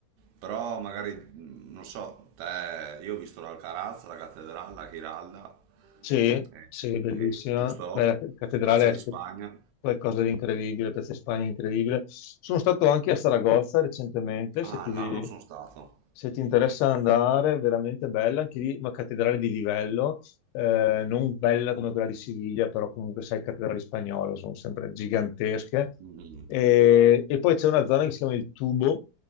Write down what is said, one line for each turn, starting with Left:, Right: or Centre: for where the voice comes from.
Right: Però magari, mm, non so, te, io ho visto l'Alcaraz, la Cattedrale, la Giralda,
Left: Sì,
Right: eh,
Left: sì, bellissima.
Right: eh, giusto?
Left: Beh, la cattedrale
Right: Piazza di
Left: è
Right: Spagna.
Left: qualcosa di incredibile, Piazza Spagna è incredibile. Sono stato anche a Saragozza recentemente,
Right: Ah,
Left: se ti,
Right: là non sono stato.
Left: se ti interessa andare, è veramente bella, anche lì una cattedrale di livello. eh, non bella come quella di Siviglia, però comunque sai, cattedrali spagnole sono sempre gigantesche.
Right: Mhm,
Left: E, e poi c'è una zona che si chiama il Tubo,